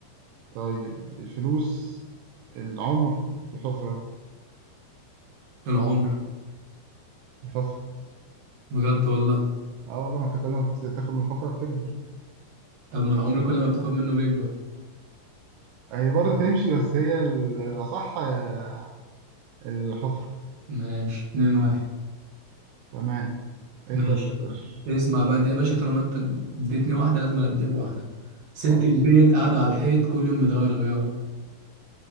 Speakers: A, on the right; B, on the right.
A: طيب الفلوس العمر الحفرة
B: العمر
A: الحفرة
B: بجد والله
A: اه والله ما انت كل ما بتاخد من الحفرة بتكبر
B: طب ما العمر كل ما بتاخد منه بيكبر
A: هي برضه تمشي بس هي ال- الأصح آه، الحفرة
B: ماشي اتنين واحد
A: تمام
B: ماشي
A: انت ابدأ يا باشا
B: اسمع بقى دي يا باشا طالما انت اديتني واحدة لازم اديك واحدة ست
A: خلاص
B: البيت قاعدة على الحيط كل يوم بتغير غيار